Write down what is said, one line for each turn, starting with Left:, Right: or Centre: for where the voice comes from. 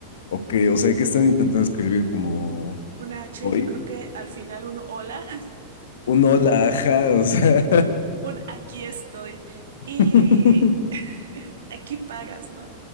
Left: Ok, o sea, que están intentando escribir como
Right: Una H,
Left: hoy?
Right: yo creo que al final un hola.
Left: Un hola, ajá, o sea,
Right: Un aquí estoy.
Left: <laughs>
Right: Y <laughs> aquí pagas, ¿no?